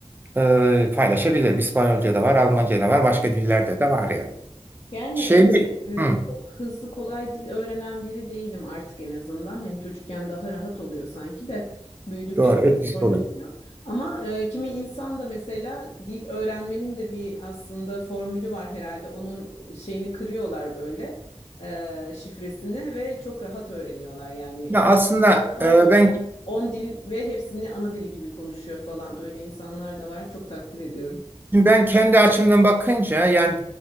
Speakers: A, on the right (about 20°); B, on the left (about 70°).
A: ee, paylaşabilirim. İspanyolca da var, Almanca da var, başka dillerde de var yani.
B: Yani
A: Şey
B: öyle
A: mi? Hı,
B: e, çok hızlı kolay dil öğrenen biri değilim artık en azından. Hani çocukken daha rahat oluyor sanki de büyüdükçe
A: doğru
B: biraz
A: etkisi
B: zorlaşıyor.
A: oluyor.
B: Ama e, kimi insan da mesela dil öğrenmenin de bir aslında formülü var herhalde. Onun şeyini kırıyorlar böyle e, şifresini ve çok rahat öğreniyorlar. Yani
A: Ya aslında
B: bir kadın var
A: e,
B: böyle
A: ben
B: On dil ve hepsini ana dil gibi konuşuyor falan. Öyle insanlar da var. Çok takdir ediyorum.
A: ben kendi açımdan bakınca yani